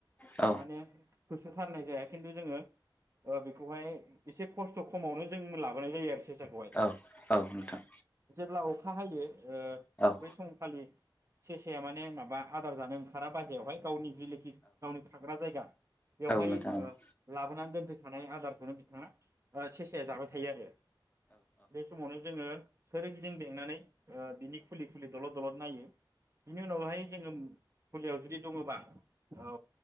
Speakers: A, on the left (about 20°); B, on the right (about 35°).
A: औ नोंथां औ नोंथां औ
B: माने होथारनाय जाया खिन्थु जोङो । ओ-बेखौहाय एसे खस्थ खमावनो जों लाबोनाय जायो आरो से। खौयाय
A: औ औ औ नोंथां
B: जेब्ला उ । खाहायो ओ
A: औ औ नोंथां औ नोंथां औ नोंथां औ
B: बै समखालि सेसाया माने माबा आदार जानो ओंखारा बाइरायावहाय। गावनि जेनोखि गावनि थाग्रा जायगा बेवहाय
A: नोंथां
B: ओ
A: औ
B: लाबोना दोनदों। थानाय आदारखौनो बिथाङा ओ-सेसाया जाबाय थायो आरो बे समावनो जोङो। सोर गिदिं । बेंनानै ओ बिनि फुलि फुलि दलद दलद नायो बिनि उनावहाय जोङो । फुलियाव जुदि दङबा। औ